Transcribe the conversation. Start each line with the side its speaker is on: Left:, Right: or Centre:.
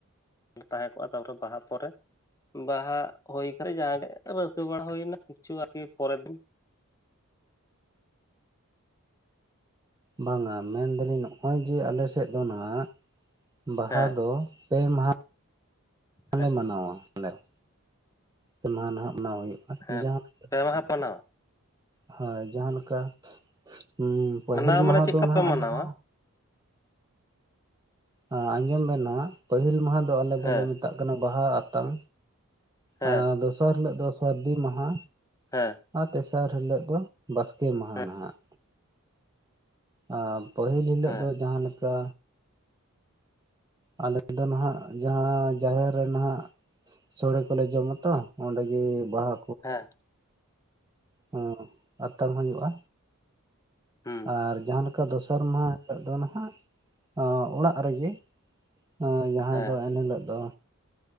Left: ᱨᱮᱞᱮ ᱛᱟᱦᱮᱸ ᱠᱚᱜᱼᱟ ᱛᱟᱯᱚᱨᱮ ᱵᱟᱦᱟ ᱯᱚᱨᱮ ᱵᱟᱦᱟ ᱦᱩᱭ ᱠᱟᱛᱮᱫ ᱡᱟᱦᱟᱸ ᱜᱮ ᱨᱟᱹᱥᱠᱟᱹ ᱵᱟᱲᱟ ᱦᱩᱭ ᱮᱱᱟ ᱠᱤᱪᱷᱩ ᱟᱨᱠᱤ ᱯᱚᱨᱮᱨ ᱫᱤᱱ᱾
Right: ᱵᱟᱝᱟ ᱢᱮᱱ ᱫᱟᱞᱤᱧ ᱱᱚᱜᱼᱚᱭ ᱡᱮ ᱟᱞᱮ ᱥᱮᱫ ᱫᱚ ᱱᱟᱦᱟᱜ, ᱵᱟᱦᱟ
Left: ᱦᱮᱸ
Right: ᱫᱚ ᱯᱮ ᱢᱟᱦᱟ
Left: ᱦᱮᱸ
Right: ᱞᱮ ᱢᱟᱱᱟᱣᱟ ᱟᱞᱮ ᱫᱚ᱾ ᱯᱮ ᱢᱟᱦᱟ ᱱᱟᱦᱟᱜ ᱢᱟᱱᱟᱣ ᱦᱩᱭᱩᱜᱼᱟ
Left: ᱦᱮᱸ
Right: ᱡᱟᱦᱟᱸ <inaudible>
Left: ᱯᱮ ᱢᱟᱦᱟ ᱢᱟᱱᱟᱣᱟ?
Right: ᱦᱳᱭ ᱡᱟᱦᱟᱸ ᱞᱮᱠᱟ ᱩᱸ ᱯᱟᱹᱦᱤᱞ
Left: ᱢᱟᱱᱟᱣ
Right: ᱢᱟᱦᱟ
Left: ᱢᱟᱱᱮ ᱪᱮᱫ
Right: ᱫᱚ
Left: ᱞᱮᱠᱟ
Right: ᱱᱟᱦᱟᱜ
Left: ᱯᱮ
Right: ᱟᱞᱮ
Left: ᱢᱟᱱᱟᱣᱟ
Right: ᱫᱚ ᱟ ᱟᱡᱚᱢ ᱵᱮᱱ ᱱᱟᱦᱟᱜ, ᱯᱟᱹᱦᱤᱞ ᱢᱟᱦᱟ ᱫᱚ ᱟᱞᱮ ᱫᱚᱞᱮ
Left: ᱦᱮᱸ
Right: ᱢᱮᱛᱟᱜ ᱠᱟᱱᱟ ᱵᱟᱦᱟ ᱟᱛᱟᱝ᱾
Left: ᱦᱮᱸ
Right: ᱟᱨ ᱫᱚᱥᱟᱨ ᱦᱤᱞᱳᱜ ᱫᱚ ᱥᱟᱹᱨᱫᱤ ᱢᱟᱦᱟ᱾
Left: ᱦᱮᱸ᱾
Right: ᱟᱨ ᱛᱮᱥᱟᱨ ᱦᱤᱞᱳᱜ ᱫᱚ ᱵᱟᱥᱠᱮ ᱢᱟᱦᱟ
Left: ᱦᱮᱸ
Right: ᱱᱟᱦᱟᱜ᱾ ᱟ ᱯᱟᱹᱦᱤᱞ ᱦᱤᱞᱳᱜ
Left: ᱦᱮᱸ
Right: ᱫᱚ ᱡᱟᱦᱟᱸ ᱞᱮᱠᱟ ᱟᱞᱮᱫ ᱫᱚ ᱱᱟᱦᱟᱜ ᱡᱟᱦᱟᱸ ᱡᱟᱦᱮᱨ ᱨᱮ ᱱᱟᱦᱟᱜ ᱥᱚᱲᱮ ᱠᱚᱞᱮ ᱡᱚᱢᱟ ᱛᱚ ᱚᱸᱰᱮ ᱜᱮ ᱵᱟᱦᱟ
Left: ᱦᱮᱸ᱾
Right: ᱦᱩ ᱟᱛᱟᱝ ᱦᱳᱭᱠᱜᱼᱟ
Left: ᱦᱩᱸ
Right: ᱟᱨ ᱡᱟᱦᱟᱞᱮ ᱠᱟ ᱫᱚᱥᱟᱨ ᱢᱟᱦᱟ ᱦᱤᱞᱳᱜ ᱫᱚ ᱱᱟᱦᱟᱜ ᱚᱲᱟᱜ ᱨᱮᱜᱮ ᱮᱸ ᱡᱟᱦᱟᱸ
Left: ᱦᱮᱸ
Right: ᱫᱚ ᱮᱱᱦᱤᱞᱳᱜ ᱫᱚ